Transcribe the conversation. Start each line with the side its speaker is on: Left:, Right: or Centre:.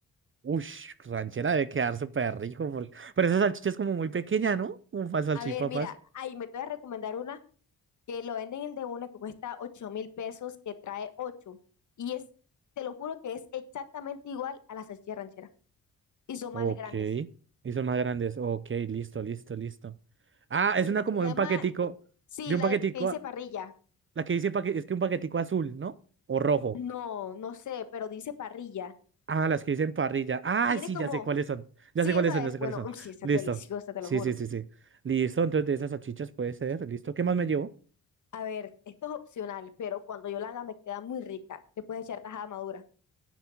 Right: Ush, ranchera debe quedar súper rico. porque- Pero esa salchicha es como muy pequeña, ¿no? Un para salchipapas.
Left: A ver, mira, ahí me te voy a recomendar una que lo venden el de uno que cuesta ocho mil pesos, que trae ocho Y es, te lo juro que es exactamente igual a la salchicha ranchera. Y son
Right: Ok.
Left: más grandes.
Right: Y son más grandes. Ok, listo, listo, listo. Ah, es
Left: Eh,
Right: una
Left: se
Right: como
Left: llama,
Right: de un paquetico.
Left: eh, sí,
Right: De un
Left: la
Right: paquetico.
Left: de- que dice
Right: a-
Left: parrilla.
Right: La que dice paque- es que un paquetico azul, ¿no? O rojo.
Left: No, no sé, pero dice parrilla.
Right: Ah, las que dicen parrilla. Ah,
Left: Tiene
Right: sí,
Left: como,
Right: ya sé cuáles son.
Left: sí,
Right: Ya sé cuáles
Left: esa
Right: son,
Left: es,
Right: ya sé
Left: bueno,
Right: cuáles son.
Left: uy, sí, esa
Right: Listo.
Left: es deliciosa, te
Right: Sí,
Left: lo juro.
Right: sí, sí, sí. Listo, entonces de esas salchichas puede ser. Listo. ¿Qué más me llevo?
Left: A ver, esto es opcional, pero cuando yo la haga me queda muy rica. Le puedes echar tajada madura.